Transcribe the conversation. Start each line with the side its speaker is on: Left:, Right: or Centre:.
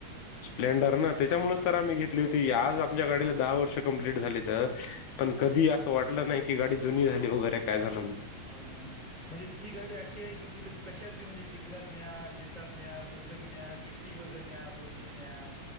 Left: स्प्लेंडर ना, त्याच्यामुळेच तर आम्ही घेतली होती. आज- आमच्या
Right: हम्म
Left: गाडीला दहा वर्ष कंप्लीट झालीत. पण कधी असं वाटलं नाही की, गाडी जुनी झाली वगैरे काय झालं म्हण.
Right: हो ना, हो ना. म्हणजे ती गाडी अशी आहे की, तिला कशात बी म्हणजे चिखलात न्या, शेतात न्या, कुठं बी न्या, किती- ती वझं न्या, पोती न्या-